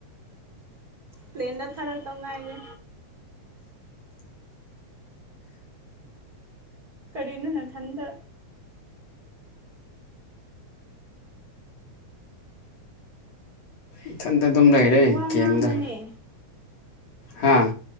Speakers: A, on the right; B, on the left.
A: ꯄ꯭ꯂꯦꯟꯗ ꯊꯔꯛꯇꯧ ꯉꯥꯢꯔꯦ ꯀꯔꯤꯅꯣ ꯅꯊꯟꯗ
B: ꯏꯊꯟꯇ ꯑꯗꯨꯝ ꯂꯩꯔꯦ
A: ꯋꯥ
B: ꯒꯦꯝꯗ
A: ꯉꯥꯡꯉꯨꯅꯦ
B: ꯍꯥꯥ